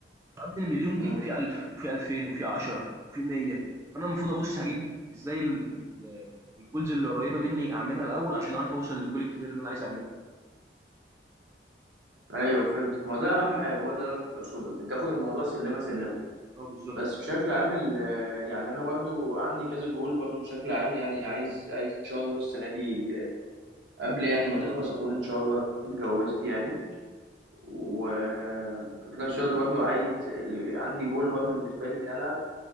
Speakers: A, on the right; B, on the right.
A: فقبل المليون
B: مم.
A: دي في 1000 وفي 2000 وفي 10 وفي 100 فانا المفروض ابص هجيب ازاي ال ال الجولز اللي قريبه مني اعملها الاول عشان اعرف اوصل للجول الكبير اللي انا عايز اعمله
B: ايوه فهمتك ما ده اهم حاجه هو ده اللي انا كنت اقصده ان تاخد الموضوع سلمه سلمه
A: اه بالظبط
B: بس بشكل عام ال- آه، يعني انا برضو عندي كذا جول برضو بشكل عام يعني عايز عايز ان شاء الله السنه دي آه، قبل يعني ما تخلص اكون ان شاء الله اتجوزت يعني و- آه، وفي نفس الوقت برضو عايز ال- عندي جول برضو بالنسبه لي ان انا